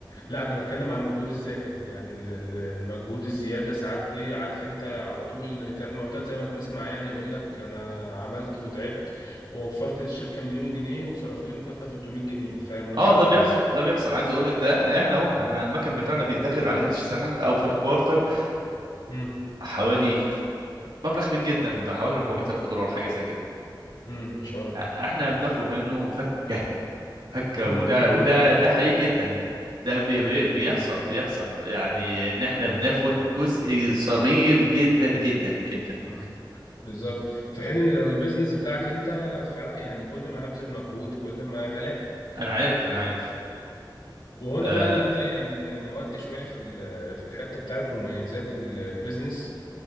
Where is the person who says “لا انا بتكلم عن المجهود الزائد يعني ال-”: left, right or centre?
Left